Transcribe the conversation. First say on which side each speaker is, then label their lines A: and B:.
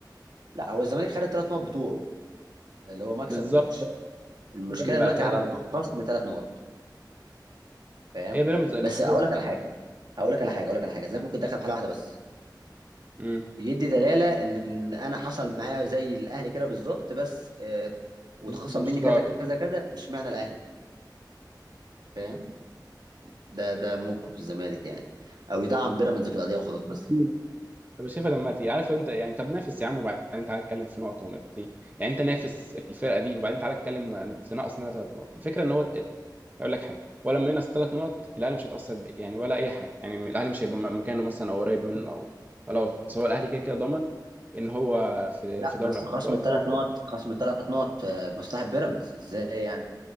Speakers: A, on the right; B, on the right.
A: لا هو الزمالك خد الثلاث نقط بتوعه اللي هو مكسب
B: بالظبط
A: الماتش المشكله
B: هو بقى
A: دلوقتي
B: ثلاثه
A: على الخصم ثلاث نقط فاهم
B: هي بيراميدز المفروض
A: بس اقول لك على حاجه هقول لك على حاجه اقول لك على حاجه الزمالك ممكن يدخل في حاله واحده بس
B: امم
A: يدي دلاله ان إن انا حصل معايا زي الاهلي كده بالظبط بس آه، واتخصم
B: مش
A: مني كذا كذا كذا اشمعنى الاهلي فاهم ده ده موقف الزمالك يعني او يدعم بيراميدز في القضيه وخلاص بس
B: قوي طب شايفها لما ت- عارف لو انت يعني طب نافس يا عم وبعدين تعالى اتكلم في نقطه ونقطتين يعني انت نافس الفرقه دي وبعدين تعالى اتكلم ن- تنقص منها ثلاث نقط الفكره ان هو ات- هقول لك حاجه ولا لما ينقص ثلاث نقط الاهلي مش هيتاثر ب- يعني ولا اي حاجه يعني الاهلي مش هيبقى م- مكانه مثلا او قريب منه او خلاص هو الاهلي كده كده ضمن ان هو في
A: لا
B: في دوري
A: بس
B: الابطال
A: خصم ثلاث
B: هو
A: نقط خصم ثلاث نقط آه، مصلحة بيراميدز ازاي يعني